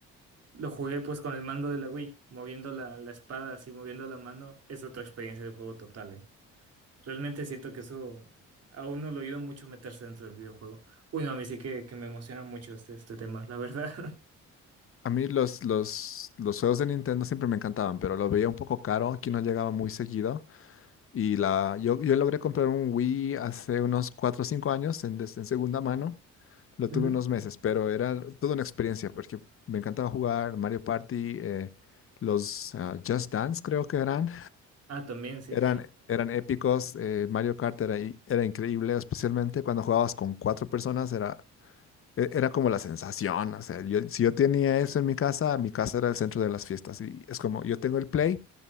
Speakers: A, on the right; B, on the left.
A: lo jugué pues con el mando de la Wii, moviendo la, la espada, así moviendo la mano, es otra experiencia de juego total, eh. Realmente siento que eso a uno lo ayuda mucho meterse dentro del videojuego. Uy, no, a mí sí que, que me emociona mucho este, este tema, la verdad.
B: A mí los, los, los juegos de Nintendo siempre me encantaban, pero lo veía un poco caro, aquí no llegaba muy seguido. Y la, yo, yo logré comprar un Wii hace unos 4 o 5 años en, des- en segunda mano. Lo
A: <laughs> Ujú.
B: tuve unos meses, pero era toda una experiencia porque me encantaba jugar Mario Party, eh, los ah, Just Dance creo que eran.
A: Ah, también, sí.
B: Eran, eran épicos. eh, Mario Kart era, i- era increíble, especialmente cuando jugabas con cuatro personas. Era, e- era como la sensación. O sea, yo- si yo tenía eso en mi casa, mi casa era el centro de las fiestas. Y es como, yo tengo el Play